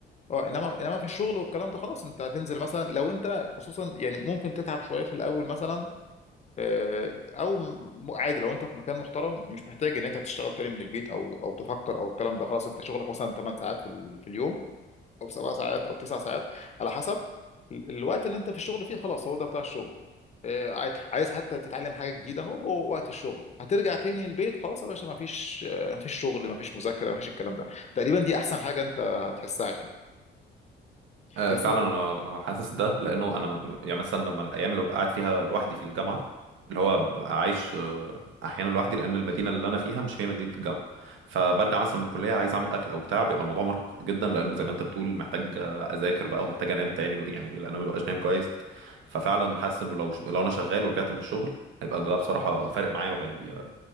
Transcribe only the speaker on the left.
اه انما انما في الشغل والكلام ده خلاص انت هتنزل مثلا لو انت خصوصا يعني ممكن تتعب شويه في الاول مثلا آه، او م- عادي لو انت في مكان محترم مش محتاج ان انت تشتغل تاني من البيت او او تفكر او الكلام ده خلاص انت شغلك مثلا 8 ساعات في ال- في اليوم او 7 ساعات او 9 ساعات على حسب ال- الوقت اللي انت في الشغل فيه خلاص هو ده بتاع الشغل آه، عاي- عايز حتى تتعلم حاجه جديده هو جوه وقت الشغل هترجع تاني البيت خلاص يا باشا ما فيش ما فيش شغل ما فيش مذاكره ما فيش الكلام ده تقريبا دي احسن حاجه انت هتحسها يعني
بس